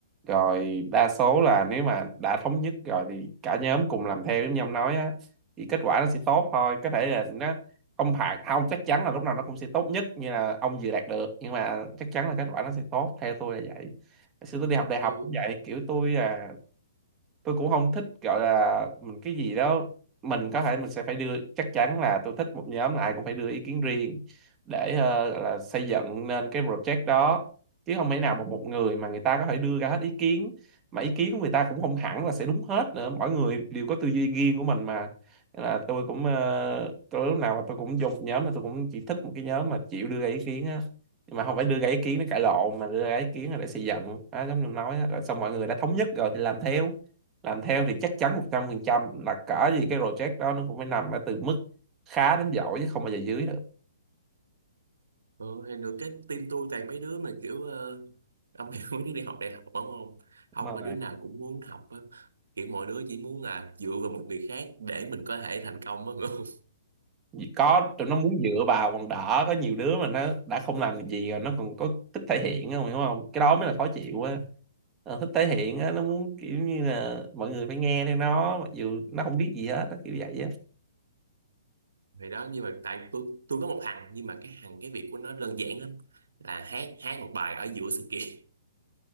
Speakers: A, on the right; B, on the right.
A: rồi đa số là nếu mà đã thống nhất rồi thì cả nhóm cùng làm theo giống như ông nói á thì kết quả nó sẽ tốt thôi có thể là nó không phải không chắc chắn là lúc nào nó cũng sẽ tốt nhất như là ông vừa đạt được nhưng mà chắc chắn là kết quả nó sẽ tốt theo tôi là vậy Hồi xưa tôi đi học đại học
B: ừ.
A: cũng vậy kiểu tôi à, tôi cũng không thích gọi là mình cái gì đó mình có thể mình sẽ phải đưa chắc chắn là tôi thích một nhóm là ai cũng phải đưa ý kiến riêng để ờ, gọi là xây dựng nên cái project đó chứ không thể nào một một người mà người ta có thể đưa ra hết ý kiến mà ý kiến của người ta cũng không hẳn là sẽ đúng hết nữa mỗi người đều có tư duy riêng của mình mà Nên là tôi cũng ờ, tôi lúc nào mà tôi cũng dùng nhóm là tôi cũng chỉ thích một cái nhóm mà chịu đưa ra ý kiến á nhưng mà không phải đưa ra ý kiến để cãi lộn mà đưa ra ý kiến là để xây dựng đó giống như em nói á. rồi xong mọi người đã thống nhất rồi thì làm theo làm theo thì chắc chắn 100% là cỡ gì cái project đó nó cũng phải nằm ở từ mức khá đến giỏi chứ không bao giờ dưới được
B: Ừ, thì được cái team tôi toàn mấy đứa mà kiểu ờ, ông <laughs> hiểu mấy đứa đi học đại học đúng không? Học
A: mà
B: mà đứa nào cũng muốn học á. Kiểu mọi đứa chỉ muốn là dựa vào một người khác để mình có thể thành công á hiểu không?
A: vì có tụi nó muốn dựa vào còn đỡ có nhiều đứa mà nó đã không làm được gì rồi nó còn có thích thể hiện không hiểu không cái đó mới là khó chịu á Ờ, thích thể hiện á nó muốn
B: Ờ,
A: kiểu như là mọi người phải nghe theo nó mặc dù nó không biết gì hết á kiểu vậy á
B: Thì đó nhưng mà tại tôi tôi có một thằng nhưng mà cái thằng cái việc của nó đơn giản lắm là hát hát một bài ở giữa sự kiện